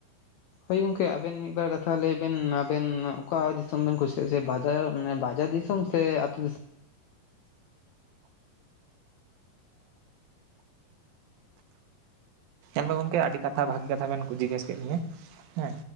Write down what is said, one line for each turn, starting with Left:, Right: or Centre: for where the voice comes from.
Left: ᱦᱳᱭ ᱜᱚᱝᱠᱮ ᱟᱵᱮᱱ ᱢᱤᱫ ᱵᱟᱨ ᱠᱟᱛᱷᱟ ᱞᱟᱹᱭ ᱵᱮᱱ ᱟᱵᱮᱱ ᱚᱠᱟ ᱫᱤᱥᱚᱢ ᱵᱮᱱ ᱠᱩᱥᱤᱭᱟᱜᱼᱟ ᱥᱮ ᱵᱟᱡᱟᱨ ᱢᱟᱱᱮ ᱵᱟᱡᱟᱨ ᱫᱤᱥᱚᱢ? ᱥᱮ ᱟᱹᱛᱩ ᱫᱤᱥᱚᱢ?
Right: ᱛᱚᱵᱮ ᱜᱚᱢᱠᱮ ᱟᱹᱰᱤ ᱠᱟᱛᱷᱟ ᱵᱷᱟᱹᱜᱤ ᱠᱟᱛᱷᱟᱱ ᱠᱩᱡᱤ ᱡᱚᱥ ᱠᱮᱫᱤᱧᱭᱟ ᱦᱮᱸ